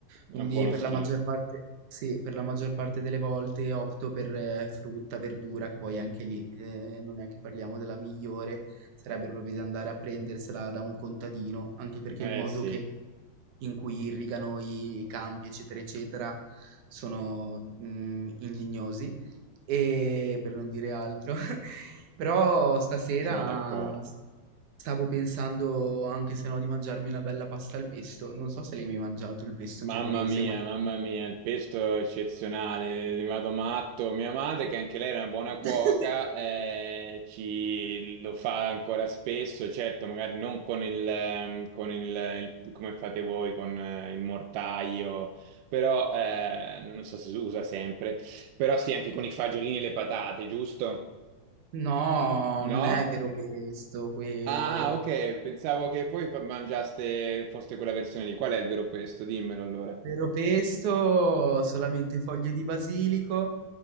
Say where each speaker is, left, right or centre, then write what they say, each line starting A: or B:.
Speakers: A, on the right; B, on the right.
A: È
B: Quindi
A: un po' uno
B: per
A: schifo.
B: la maggior parte sì, per la maggior parte delle volte opto per eh, frutta, verdura, che poi anche lì, ehm, non è che parliamo della migliore, sarebbe proprio di andare a prendersela da un contadino, anche perché
A: Eh
B: il modo
A: sì,
B: che in cui irrigano i campi, eccetera, eccetera, sono mm, indignosi, e per non dire altro. <laughs> Però stasera
A: sono d'accordo.
B: stavo pensando anche se no di mangiarmi una bella pasta al pesto. Non so se l'hai mai mangiato il pesto
A: Mamma
B: genovese,
A: mia,
B: ma...
A: mamma mia, il pesto è eccezionale, ne vado matto. Mia madre, che anche lei era una buona cuoca,
B: <laughs>
A: eh, ci lo fa ancora spesso, certo, magari non con il, ehm, con il, il- come fate voi, con eh, il mortaio, però eh, non so se si usa sempre, però sì, anche con i fagiolini e le patate, giusto?
B: No,
A: No?
B: non è vero pesto quello.
A: Ah, ok, pensavo che voi fa- mangiaste, foste quella versione lì. Qual è il vero pesto? Dimmelo allora.
B: Vero pesto, solamente foglie di basilico,